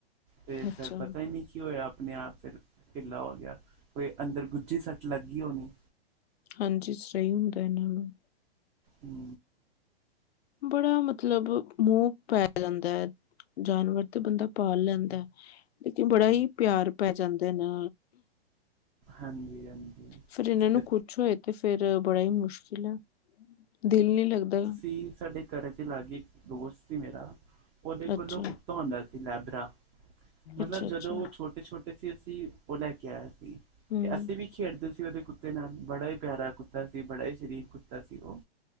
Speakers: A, on the right (about 20°); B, on the left (about 75°).
A: ਤੇ
B: ਅੱਛਾ,
A: ਫੇਰ ਪਤਾ ਈ ਨੀ ਕੀ ਹੋਏਆ ਅਪਨੇ ਆਪ ਫੇਰ ਟਿੱਲਾ ਹੋ ਗੇਆ, ਕੋਈ ਅੰਦਰ ਗੁੱਜੀ ਸੱਟ ਲਾਗੀ ਹੋਨੀ।
B: ਹਾਂਜੀ, ਸਈ ਹੁੰਦੈ ਐਨਾਂ ਨੂੰ।
A: ਹੂੰ।
B: ਬੜਾ ਮਤਲਬ ਮੂੰਹ ਪੈ ਜਾਂਦੈ। ਜਾਨਵਰ ਤੇ ਬੰਦਾ ਪਾਲ ਲੈਂਦੇ ਲੇਕਿਨ ਬੜਾ ਹੀ ਪੇਆਰ ਪੈ ਜਾਂਦੇ ਨਾ।
A: ਹਾਂਜੀ, ਹਾਂਜੀ।
B: ਫਿਰ ਇਨਾਂ ਨੂੰ
A: ਤੇ
B: ਕੁੱਛ ਹੋਏ ਤੇ, ਫੇਰ ਬੜਾ ਈ ਮੁਸ਼ਕਿਲ ਹੈ, ਦਿਲ ਨੀ ਲਗਦਾ।
A: ਵੀਰ ਸਾਡੇ ਘਰੇ ਦੇ ਲਾਗੇ ਇਕ ਦੋਸਤ ਸੀ ਮੇਰਾ ਓਦੇ
B: ਅੱਛਾ,
A: ਕੋਲੋਂ ਕੁੱਤਾ ਹੁੰਦਾ ਸੀ ਲੈਬਰਾ, ਮਤਲਬ
B: ਅੱਛਾ,
A: ਜਦੋਂ
B: ਅੱਛਾ,
A: ਓ ਛੋਟੇ-ਛੋਟੇ ਤੇ ਫਿ ਅਸੀ ਓ ਲੈ ਕੇ ਆਏ ਸੀ,
B: ਹੂੰ,
A: ਤੇ ਅਸੀ ਵੀ ਖੇਡਦੇ ਸੀ ਓਦੇ ਕੁੱਤੇ ਨਾਲ, ਬੜਾ ਈ ਪੇਆਰਾ ਕੁੱਤਾ ਸੀ, ਬੜਾ ਈ ਸ਼ਰੀਫ ਕੁੱਤਾ ਸੀ ਓ।